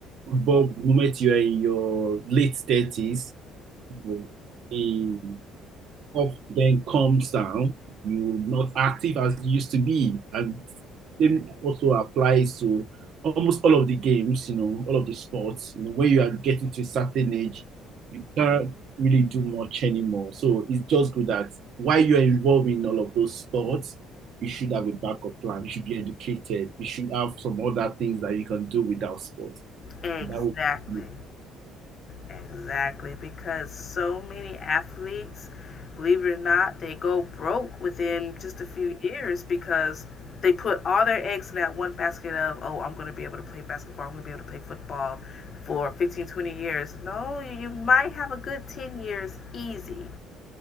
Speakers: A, on the right; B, on the left.
A: But the moment you are in your late thirties, you know, the up then comes down. You're not active as you used to be, and same also applies to almost all of the games, you know, all of the sports. You know, when you are getting to a certain age, you can't really do much anymore. So it's just good that while you're involved in all of those sports, you should have a backup plan. You should be educated. You should have some other things that you can do without sports.
B: Exactly,
A: And that would be
B: exactly. Because so many athletes, believe it or not, they go broke within just a few years because they put all their eggs in that one basket of, oh, I'm going to be able to play basketball, I'm going to be able to play football for 15, 20 years. No, you might have a good 10 years easy,